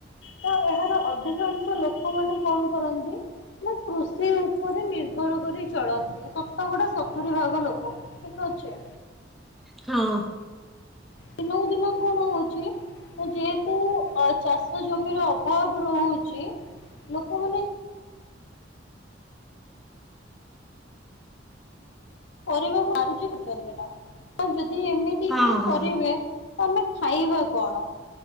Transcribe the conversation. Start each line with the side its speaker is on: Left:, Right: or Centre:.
Left: ତ ଏହାର ଅଧିକାଂଶ ଲୋକମାନେ କଣ କରନ୍ତି ନା କୃଷି ଉପରେ ନିର୍ଭର କରି ଚଳନ୍ତି ସତକଡା ସତୁରୀ ଭାଗ ଲୋକ। ଠିକ୍ ଅଛି।
Centre: ହଁ।
Left: ତିନକୁ ଦିନ କଣ ହଉଛି ଅ, ଯେହେତୁ ଅ, ଚାଷ ଜମିର ଅଭାବ ରହୁଛି ଲୋକମାନେ କରିବାକୁ <inaudible> ବୁଝୁଛନ୍ତି ନା ତ ଯଦି ଏମିତି
Centre: ହଁ
Left: ହିଁ
Centre: ହଁ।
Left: କରିବେ ତୋମେ ଖାଇବ କଣ?